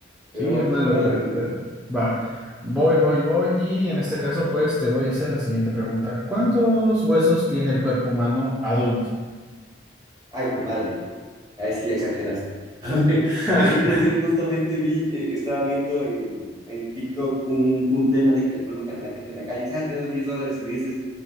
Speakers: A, on the right (about 20°); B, in the centre.
A: Pero
B: Sí,
A: bueno,
B: es una locura,
A: ¿cuál amigo?
B: pero va. Voy, voy, voy, y en este caso, pues te voy a hacer la siguiente pregunta. ¿Cuántos huesos tiene el cuerpo humano adulto?
A: Ay, hijo de madre, ahí sí ya exageraste. <laughs> A ver,
B: <laughs>
A: el otro día justamente vi, eh, estaba viendo en, en TikTok un, un tema de que le preguntan a la gente en la calle, ah, te doy 10 dólares y me dices